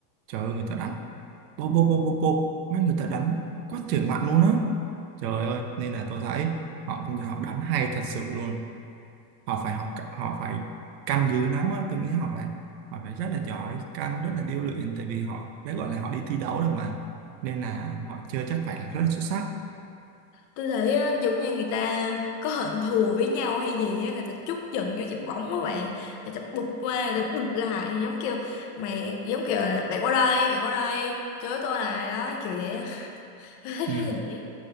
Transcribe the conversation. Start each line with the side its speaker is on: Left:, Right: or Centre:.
Right: trời ơi người ta đánh bô bô bô bô bô mấy người ta đánh quá trời mạnh luôn á trời ơi nên là tôi thấy họ cũng họ đánh hay thật sự luôn họ phải học họ phải canh dữ lắm á tôi nghĩ họ phải họ phải rất là giỏi canh rất là điêu luyện tại vì họ đã gọi là họ đi thi đấu rồi mà nên là họ chơi chắc phải là rất là xuất sắc
Left: tôi thấy á, giống như người ta có hận thù với nhau hay gì á người ta trút giận vô trái bóng á bạn người ta bụp qua người ta bụp lại giống kiểu mày giống kiểu là bạn qua đây bạn qua đây chới tôi này đó kiểu vậy á <laughs> tôi
Right: ừ.
Left: thấy nó vậy